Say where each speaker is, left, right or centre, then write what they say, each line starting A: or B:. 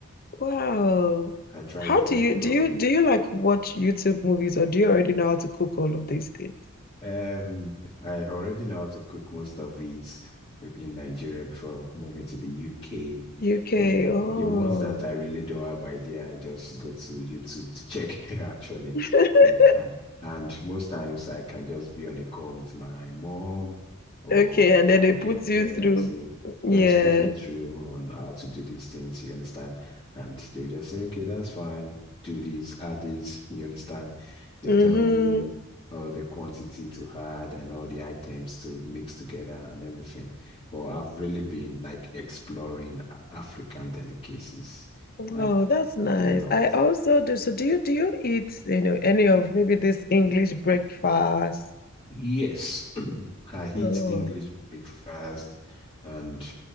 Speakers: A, on the left; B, on the left.
A: Wow.
B: I try
A: How
B: the
A: do
B: okra.
A: you do you do you like watch YouTube movies or do you already know how to cook all of these things?
B: Um, I already know how to cook most of it b- in Nigeria before moving to the UK.
A: UK.
B: And
A: Oh.
B: the ones that I really don't have idea, I just go to YouTube to check <laughs> actually.
A: <laughs>
B: And, and and most times I can just be on a call with my mom or
A: Okay, and
B: my
A: then they
B: girlfriend
A: put you through.
B: and say,
A: Yeah.
B: just put me through on how to do these things, you understand? And they just say, okay, that's fine. Do this, add this, you understand? They
A: Mm-hmm.
B: tell me all the quantity to add and all the items to mix together and everything. But I've really been like exploring African delicacies
A: Wow,
B: like
A: that's nice.
B: a lot.
A: I also do. So do you do you eat, you know, any of maybe this English breakfast?
B: Yes, <clears throat> I eat
A: Oh,
B: English breakfast and